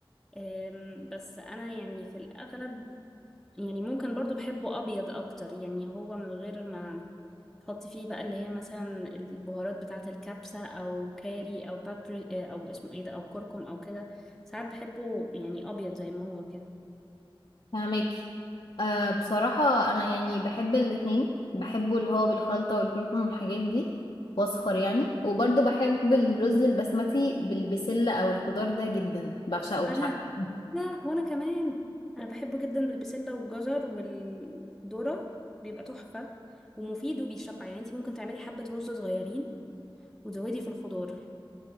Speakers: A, in the centre; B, on the left.
A: أم، بس انا يعني في الاغلب يعني ممكن برضو بحبه ابيض اكتر يعني هو من غير ما تحط فيه بقى اللي هي مثلا البهارات بتاعه الكبسه او كاري او بابري آه، او اسمه ايه ده او كركم او كده ساعات بحبه يعني ابيض زي ما هو كده
B: فهماكي أه بصراحة أنا يعني بحب الاتنين بحبه اللي هو بالخلطة والكركم والحاجات دي وأصفر يعني وبرضه بحب الرز البسمتي بالبسلة أو الخضار ده جدا بعشقه مش
A: انا
B: عارفة ليه.
A: لا وانا كمان انا بحبه جدا بالبسله والجزر والذره بيبقى تحفه ومفيد وبيشبع يعني انت ممكن تعملي حبه رز صغيرين وتزودي في الخضار